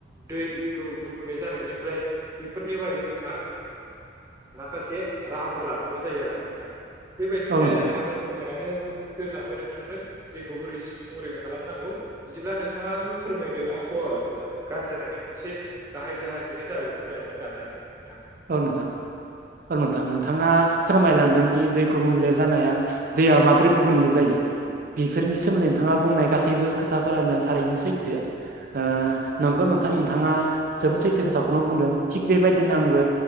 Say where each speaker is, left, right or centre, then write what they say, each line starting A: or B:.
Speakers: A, on the right; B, on the right.
A: दैखौ गुबुंले जानायनिफ्राय बेफोरनि बारै जोंहा <inaudible> माखासे राहाफोर लानांगौ जायो आरो नोंथां बेबायदिनो
B: औ नोंथां
A: आङो फोरमायनानै होलांबाय नोंथांनो दैखौ बोरै संरैखा खालामनांगौ बिदिब्ला नोंथाङाबो फोरमायदो आबहावा अआ गाज्रि जानायनि मोनसे गाहाय जाहोन बेनो जाबाय बिफां लाइफां दाननाय नोंथां
B: औ नोंथां औ नोंथां नोंथाङा फोरमायलांदों दि दैखौ गुबुंले जानाया दैया माब्रै गुबुनले जायो बेफोरनि सोमोन्दै नोंथाङा बुंनाय गासैबो खोथाफोरानो थारैनो सैथो ओ नंगौ न थां नोंथाङा जोबोर से खोथाखौनो बुंदों थिग बेबायदिनो आंबो